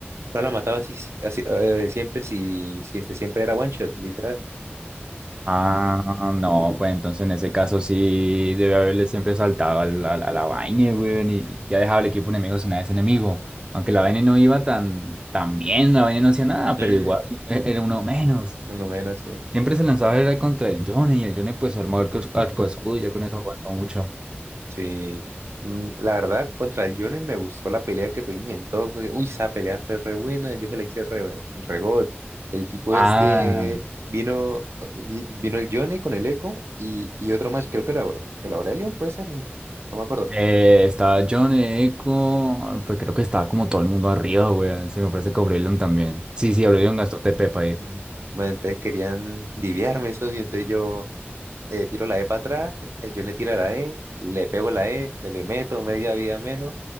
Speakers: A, on the right (about 85°); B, on the right (about 20°).
A: no la mataba así, si, así eh, siempre, si, si este siempre era one shot, literal.
B: Ah, no, pues entonces en ese caso sí debe haberle siempre saltado a la, a la, a la vaina, weón, y ya dejaba el equipo enemigo sin nada de ese enemigo. Aunque la vaina no iba tan, tan bien, la vaina no hacía nada,
A: Mm,
B: pero igual e- era uno menos.
A: más menos, sí.
B: Siempre se lanzaba era contra el Johnny, y el Johnny pues armó arco, arco escudo y ya con eso aguantó mucho.
A: Sí. Mm, la verdad, contra el Johnny me gustó la pelea que tuvimos en todos. Uy, esa pelea fue re buena, yo se la hice re, re god. El tipo
B: Ah,
A: este vino, vi- vino el Johnny con el Echo y, y otro más, creo que la, el Aurelion puede ser, no me acuerdo.
B: eh, estaba John Eco, pues creo que estaba como todo el mundo arriba, weón. Se me parece que Aurelion también. Sí, sí, Aurelion
A: Mm,
B: gastó TP para ir.
A: mm. Bueno, entonces querían diviarme eso y entonces yo. eh, tiro la E para atrás, el John le tira la E, le pego la E, me le meto media vida menos.